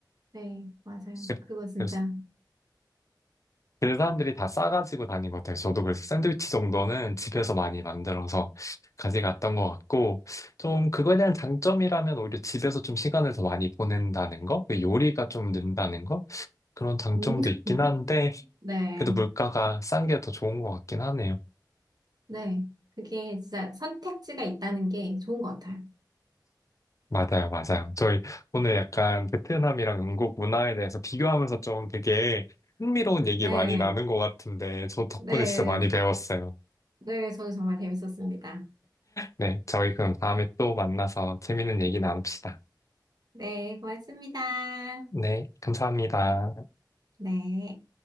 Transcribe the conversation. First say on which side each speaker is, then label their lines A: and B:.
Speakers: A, on the right; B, on the left.
A: 네, 맞아요.
B: <laughs>
A: 그거 진짜.
B: 그래서 그 사람들이 다 싸가지고 다닌 것 같아요. 저도 그래서 샌드위치 정도는 집에서 많이 만들어서 가져갔던 것 같고, 좀 그거에 대한 장점이라면 오히려 집에서 좀 시간을 더 많이 보낸다는 거? 그 요리가 좀 는다는 거? 그런 장점도
A: 음, <laughs>
B: 있긴 한데,
A: 네,
B: 그래도 물가가 싼 게 더 좋은 것 같긴 하네요.
A: 네. 그게 진짜 선택지가 있다는 게 좋은 것 같아요.
B: 맞아요, 맞아요. 저희 오늘 약간 베트남이랑 영국 문화에 대해서 비교하면서 좀 되게 흥미로운 얘기
A: 네,
B: 많이 나눈 것 같은데, 저 덕분에
A: 네,
B: 진짜 많이 배웠어요.
A: 네. 저도 정말 재밌었습니다.
B: 네, 저희 그럼 다음에 또 만나서 재밌는 얘기 나눕시다.
A: 네, 고맙습니다.
B: 네, 감사합니다.
A: 네.